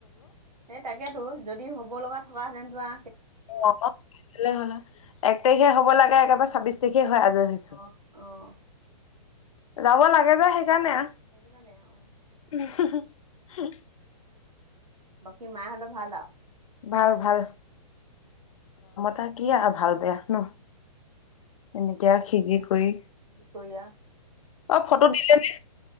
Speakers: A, on the right; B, on the left.
A: সেই তাকেইেতো, যদি হ'ব লগা থকাহেঁতে টো আ
B: অ' এক তাৰিখে হ'ব লাগে একেবাৰে ছাব্বিশ তাৰিখে হয় আজৰি হৈছো
A: অ', অ'।
B: যাব লাগে যে সেইকাৰণে আৰ।
A: সেইটো কাৰণে আৰু
B: <unintelligible>
A: বাকী মাহঁতৰ ভালা আ?
B: ভাল ভাল। তা কি আৰু ভাল বেয়া ন'। এনেকে সিজি কৰি
A: বঢ়িয়া।
B: অ' ফটো দিলেনে?